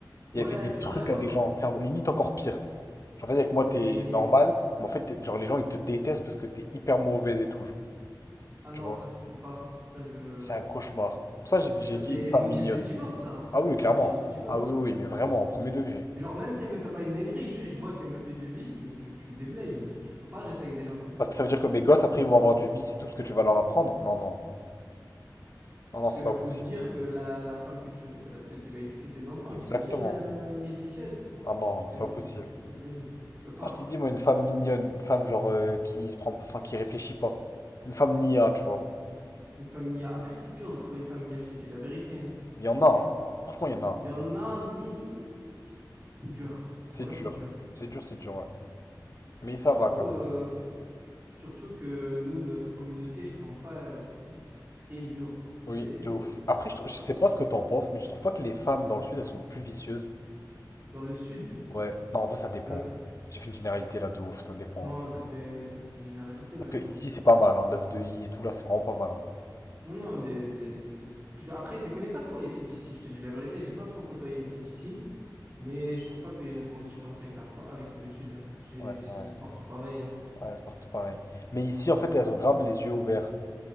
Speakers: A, on the right; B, on the left.
A: Ouais,
B: Et elle fait des
A: tu
B: trucs
A: vois, genre,
B: à des gens. C'est en- limite encore pire. Genre, vas-y, avec moi,
A: c'est,
B: t'es normal, mais en fait, t'es- genre, les gens, ils te détestent parce que t'es hyper mauvaise et tout, genre.
A: ah non,
B: Tu vois.
A: ça, je peux pas. Ça, je,
B: C'est un cauchemar. Pour ça, j'ai dit, j'ai
A: Ça,
B: dit
A: c'est
B: une femme
A: motif
B: mignonne.
A: de divorce, ça. hein.
B: Ah
A: Ça,
B: oui,
A: c'est
B: clairement.
A: motif de divorce.
B: Ah oui, oui, oui, mais vraiment, en premier degré.
A: Genre, même si elle me fait pas une dinguerie, juste je vois qu'elle me fait du vice, mais tu, tu déblayes. Je, je peux pas rester avec des gens comme ça.
B: Parce que ça veut dire que mes gosses, après, ils vont avoir du vice et tout ce que tu vas leur apprendre. Non, non. Non,
A: Parce
B: non, c'est
A: que
B: pas
A: faut
B: possible.
A: se dire que la, la femme que tu choisis, ça va être celle qui va éduquer tes enfants.
B: Exactement.
A: T'imagines, euh, les vicieuses? Non,
B: Ah non,
A: jamais de
B: c'est
A: la
B: pas
A: vie.
B: possible.
A: Jamais de la vie. Je peux pas.
B: Ça, je t'ai dit, moi, une femme mignonne, une femme genre euh, qui se prend, enfin, qui réfléchit pas. Une femme nia, tu vois.
A: Une femme nia. Après, c'est dur de trouver une femme nia, je te dis la vérité. hein.
B: Il y en a, hein. Franchement, il y en a.
A: Il y en a, mais c'est dur.
B: C'est
A: Voilà,
B: dur.
A: c'est dur.
B: C'est dur, c'est dur, ouais. Mais ça
A: Surtout,
B: va quand même.
A: euh, Surtout que nous, notre communauté, je te mens pas, c'est c'est très dur.
B: Oui,
A: C'est
B: de ouf.
A: ça.
B: Après, je, trou- je sais pas ce que t'en penses, mais tu trouves pas que les femmes dans le sud, elles sont plus vicieuses?
A: Dans le sud.
B: Ouais. Non, en vrai, ça dépend.
A: là-
B: J'ai fait une généralité là de ouf, ça dépend,
A: Non,
B: ouais.
A: t'as fait, t'as fait une généralité,
B: Parce
A: là,
B: que
A: je trouve.
B: ici, c'est pas mal, hein. 9 de i et tout, là, c'est vraiment pas mal, hein.
A: Non, non, les, les, les- je- après, je les connais pas trop, les filles d'ici, je te dis la vérité. J'ai pas trop côtoyé les filles d'ici, mais je pense pas qu'il y ait une grosse différence avec la Fran- avec le sud. hein. C'est
B: Ouais, c'est
A: c'est-
B: vrai.
A: c'est partout pareil, hein.
B: Ouais, c'est partout pareil. Mais ici, en fait, elles ont grave les yeux ouverts,